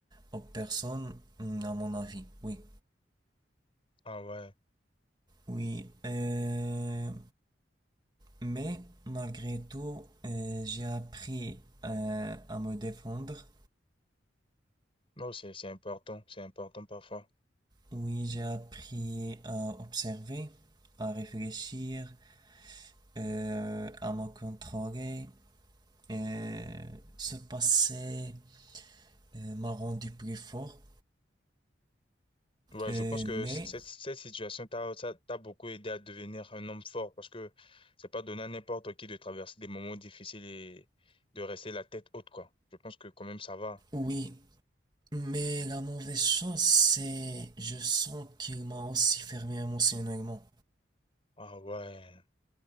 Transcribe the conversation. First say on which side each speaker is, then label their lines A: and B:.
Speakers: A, on the right; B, on the left.
A: aux personnes, mm, à mon avis. Oui.
B: Ah ouais,
A: Oui. euh, mais malgré tout, euh, j'ai appris euh, à me défendre.
B: non, c'est c'est important, c'est important parfois.
A: Oui, j'ai appris à observer, à réfléchir, euh, à me contrôler. Euh, ce passé euh, m'a rendu plus fort.
B: Ouais,
A: Euh,
B: je pense que
A: mais
B: c- cette, cette situation t'a ça t'a beaucoup aidé à devenir un homme fort parce que c'est pas donné à n'importe qui de traverser des moments difficiles et de rester la tête haute, quoi. Je pense que quand même ça va.
A: oui, Mais la mauvaise chose, c'est je sens qu'il m'a aussi fermé émotionnellement.
B: Ah ouais,